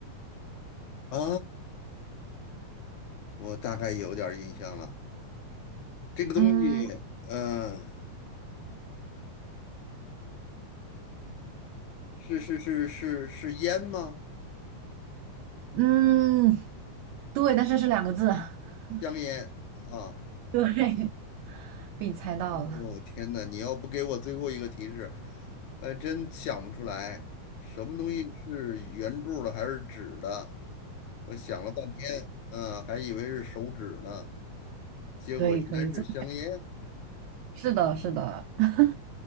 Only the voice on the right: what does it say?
嗯，
嗯，对，但是是两个字。<laughs>
对，被你猜到了，
可以可以，<laughs> 这是的，是的，<laughs>